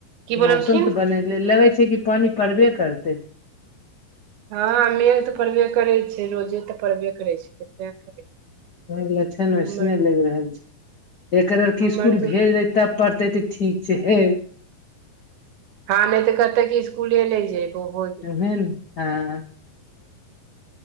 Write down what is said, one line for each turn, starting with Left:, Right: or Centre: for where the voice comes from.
Right: की बोललखिन
Left: मौसम तऽ बनलै लगै छै कि पानि पड़बे करत
Right: हं मेघ तऽ पड़बे करै छै रोजे तऽ पड़बे करै छै कतेक करै छै
Left: लछन वैसन
Right: हमर
Left: लगि रहल छै एकरर क
Right: हमर
Left: स्सकुल
Right: तऽ
Left: भेज दे तब पढ़तै त ठीक छै हे
Right: हँ नय तऽ करत की स्कूले नै जैबो होय
Left: वे हँ
Right: ह